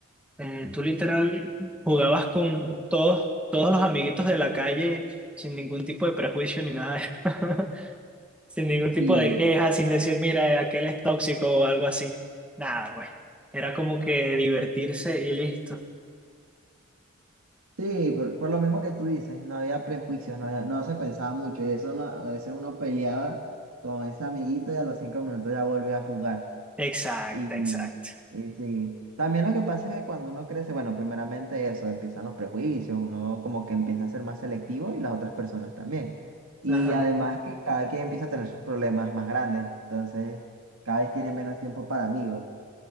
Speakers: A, in the centre; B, on the right.
A: eh, tú literal jugabas con todos, todos los amiguitos de la calle sin ningún tipo de prejuicio ni nada. <laughs> Sin ningún tipo
B: Sí.
A: de queja, sin decir, mira, aquel es tóxico o algo así. Nada, pues. Era como que divertirse y listo.
B: Sí, por, por lo mismo que tú dices, no había prejuicios, no había- no se pensaba mucho y eso no- a veces uno peleaba con ese amiguito y a los cinco minutos ya volvía a jugar.
A: Exacto,
B: Y,
A: exacto.
B: y sí, también lo que pasa es que cuando uno crece, bueno, primeramente eso, empiezan los prejuicios, uno como que empieza a ser más selectivo y las otras personas también. Y
A: Ajá.
B: además que cada quien empieza a tener sus problemas más grandes, entonces cada vez tiene menos tiempo para amigos.